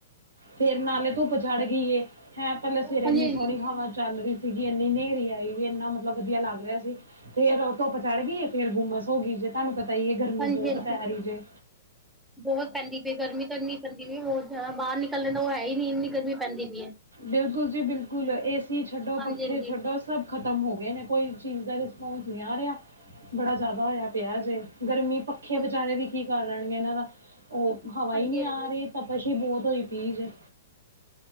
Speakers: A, on the right; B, in the centre.
A: ਫੇਰ ਨਾਲੇ ਧੁੱਪ ਚੜ੍ਹ ਗਈ ਏ ਹੈ, ਪਹਿਲਾਂ ਸਵੇਰੇ
B: ਹਾਂਜੀ
A: ਇੰਨੀ ਸੋਹਣੀ ਹਵਾ ਚੱਲ ਰਹੀ ਸੀ। ਵੀਰ ਜੀ, ਇੰਨੀ ਹਨੇਰੀ ਆਈ ਇੰਨਾ ਮਤਲਬ ਵਧੀਆ ਲੱਗ ਰਿਹਾ ਸੀ, ਫਿਰ ਉਹ ਧੁੱਪ ਚੜ੍ਹ ਗਈ ਏ। ਫਿਰ ਗੁੰਮਸ ਹੋ ਗਈ। ਜੇ ਤੁਹਾਨੂੰ ਪਤਾ ਹੀ ਇਹ, ਗਰਮੀ
B: ਹਾਂਜੀ
A: ਬਹੁਤ
B: ਹਾਂਜੀ
A: ਪੈ ਰਹੀ ਜੇ।
B: <inaudible> ਬਹੁਤ ਪੈਂਦੀ ਪਈ ਗਰਮੀ ਤਾਂ ਇੰਨੀ ਪੈਂਦੀ ਪਈ, ਬਹੁਤ ਜ਼ਿਆਦਾ। ਬਾਹਰ ਨਿਕਲਣ ਦਾ ਤਾਂ ਉਹ ਹੈ ਹੀ ਨਹੀਂ ਇੰਨੀ ਗਰਮੀ ਪੈਂਦੀ। ਪਈ ਹੈ
A: ਬਿਲਕੁਲ ਜੀ, ਬਿਲਕੁਲ। ਏ ਸੀ ਛੱਡੋ,
B: ਹਾਂਜੀ
A: ਪੱਖੇ
B: ਹਾਂਜੀ
A: ਛੱਡੋ ਸਭ ਖ਼ਤਮ ਹੋ ਗਏ ਨੇ, ਕੋਈ ਚੀਜ਼ ਦਾ। <unintelligible> ਬੜਾ ਜ਼ਿਆਦਾ ਹੋਇਆ ਪਿਆ ਜੇ। ਗਰਮੀ ਪੱਖੇ
B: ਹਾਂ
A: ਵਿਚਾਰੇ ਕੀ! ਕਰ ਲੈਣਗੇ ਇਹਨਾਂ ਦਾ। ਉਹ
B: ਹਾਂਜੀ
A: ਹਵਾ ਹੀ ਨਹੀਂ
B: ਹਾਂਜੀ
A: ਆ ਰਹੀ, ਤਪਸ਼ ਸੱਚੀ ਬਹੁਤ ਹੋਈ ਪਈ ਜੇ